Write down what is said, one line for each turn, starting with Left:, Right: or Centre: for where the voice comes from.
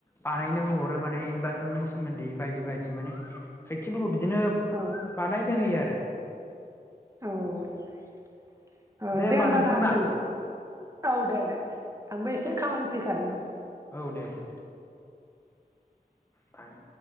Left: बानायनो हरो माने इनभाइरनमेन्ट सोमोन्दै बायदि बायदि मानेे प्रेक थिफोरखौ बिदिनो
Right: औ
Left: बानायनो होयो आर
Right: औ औ
Left: होमबा
Right: दे होनोमबाना
Left: नोंथांना
Right: आसोल औ दे दे आंबो एसे खामानि फैखादोंमोन
Left: औ दे दे दे बाइ